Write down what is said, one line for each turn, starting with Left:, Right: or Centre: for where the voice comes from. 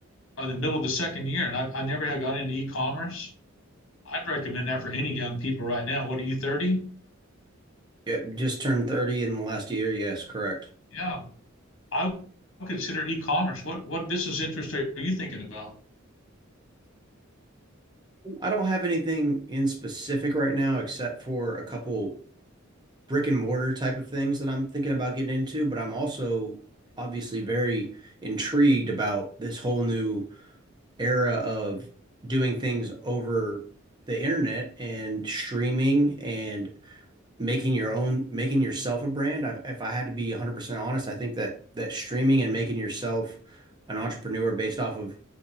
Left: by the middle of the second year. And I, I never had got into e-commerce. I'd recommend that for any young people right now. What are you, 30?
Right: yeah, just turned 30 in the last year. Yes, correct.
Left: Yeah. I would consider e-commerce. What what business interest are you thinking about?
Right: I don't have anything in specific right now except for a couple brick and mortar type of things that I'm thinking about getting into, but I'm also obviously very intrigued about this whole new era of doing things over the internet and streaming and making your own making yourself a brand I, if i had to be 100% honest i think that that streaming and making yourself an entrepreneur based off of